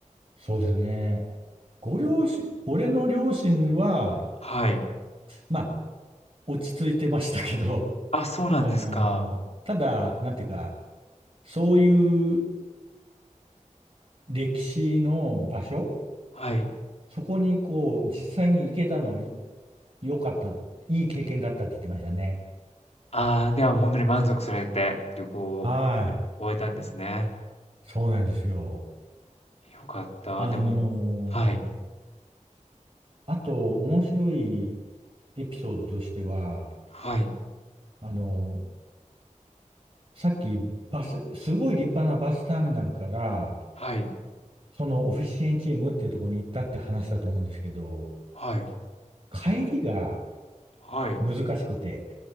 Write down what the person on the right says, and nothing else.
そうですね。ご両親、俺の両親は、
まあ、落ち着いてましたけど、
<laughs> あの、ただ、なんていうか、そういう歴史の場所、
そこにこう、実際に行けたのは良かった、いい経験だったって言ってましたね。
はい。
そうなんですよ。
あのー
あと、面白いエピソードとしては、
あのーさっき、バス、すごい立派なバスターミナルから、
そのオフィシエンチームっていうところに行ったって話だと思うんですけど、
帰りが
難しくて、